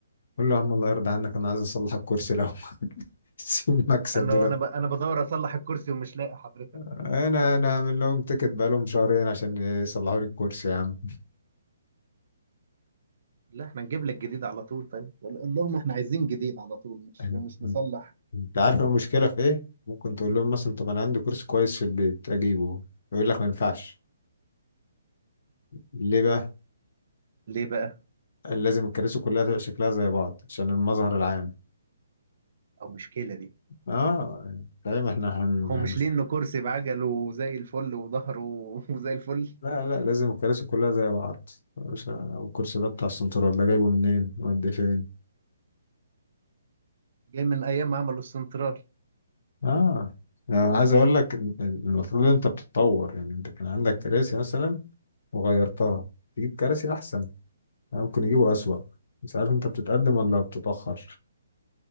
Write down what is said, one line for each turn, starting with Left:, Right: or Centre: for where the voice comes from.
Left: قول له يا عم الله يرضى عنك انا عايز اصلح الكرسي لو <laughs> سيب مكسب
Right: قال له
Left: دلوقتي
Right: انا ب... انا بدور اصلح الكرسي ومش لاقي حضرتك
Left: انا انا عامل لهم تيكت بقالهم شهرين عشان يصلحوا لي الكرسي يا عم
Right: لا احنا نجيب لك جديد على طول طيب قال لهم احنا عايزين جديد على طول مش
Left: أن-
Right: مش نصلح
Left: انت عارف المشكله في ايه ممكن تقول لهم مثلا طب انا عندي كرسي كويس في البيت اجيبه يقول لك ما ينفعش ليه بقى
Right: ليه بقى
Left: لازم الكراسي كلها تبقى شكلها زي بعض عشان المظهر العام
Right: او مشكله دي
Left: اه يعني فاهم احنا هن...
Right: هو مش
Left: هن...
Right: ليه انه كرسي بعجله وزي الفل وظهره <laughs> وزي الفل
Left: لا لا لازم الكراسي كلها زي بعض مش ه- والكرسي ده بتاع السنترال ده جايبه منين ودي فين
Right: جاي من ايام ما عملوا السنترال
Left: اه انا عايز اقول لك إن- إن المفروض انت بتتطور يعني انت كان عندك كراسي مثلا وغيرتها تجيب كراسي احسن يعني ممكن يجيبوا اسوأ مش عارف انت بتتقدم ولا بتتأخر